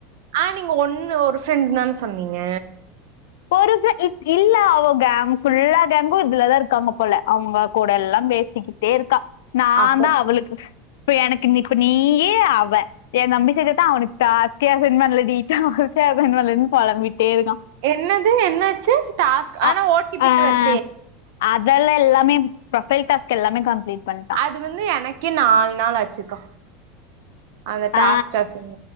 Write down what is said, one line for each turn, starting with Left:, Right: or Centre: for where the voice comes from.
Right: ஆ நீங்க ஒன்னு ஒரு ஃப்ரெண்டு் தான சொன்னீங்க
Left: ஒரு ஃப்ர இ இல்ல அவ கேங் ஃபுல்லா கேங்கும் இதுலதா இருக்காங்க போல அவங்க கூடல்லா பேசிக்கிட்டே இருக்கா நா
Right: அப்போ
Left: தா அவளுக்கு இப்ப எனக்கு நீ இப்ப நீயே அவ என் தம்பி செஞ்சதா அவனுக்கு தாஸ்த்தியா செஞ்சான்லடி ஜாஸ்தியா செஞ்சான்லடின் பொளம்பிட்டே இருக்கா
Right: என்னது என்னாச்சு டாஸ்க் ஆனா
Left: அ
Right: ஓட்டிபி
Left: ஆ
Right: வருசே
Left: அதெல்லா எல்லாமே ப்ரொஃபைல் டாஸ்க் எல்லாமே கம்ப்ளீட் பண்
Right: அது வந்து எனக்கே நாலு நாள் ஆச்சுக்கா அந்த டாஸ்க்
Left: ஆ
Right: சசன்